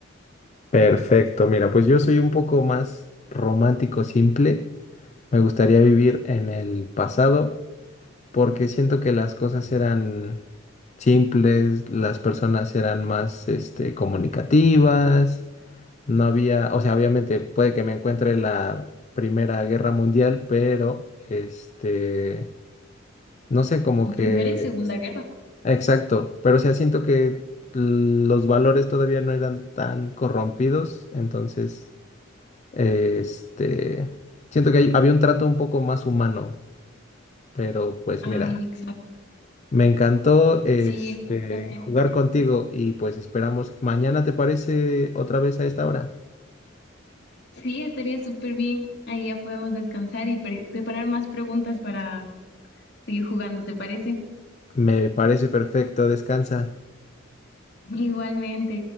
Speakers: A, on the left (about 35°); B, on the left (about 55°).
A: Perfecto, mira, pues yo soy un poco más romántico, simple. Me gustaría vivir en el pasado porque siento que las cosas eran simples, las personas eran más, este, comunicativas. No había, o sea, obviamente puede que me encuentre la Primera Guerra Mundial, pero este, no sé, como
B: <laughs>
A: que,
B: Primera y Segunda Guerra.
A: exacto, pero o sea, siento que los valores todavía no eran tan corrompidos, entonces, este, siento que hay- había un trato un poco más humano, pero pues
B: Ay,
A: mira,
B: exacto.
A: me encantó este
B: Sí, exactamente.
A: jugar contigo y pues esperamos mañana, ¿te parece otra vez a esta hora?
B: Sí, estaría súper bien. Ahí ya podemos descansar y pre- preparar más preguntas para seguir jugando, ¿te parece?
A: Me parece perfecto, descansa.
B: Igualmente.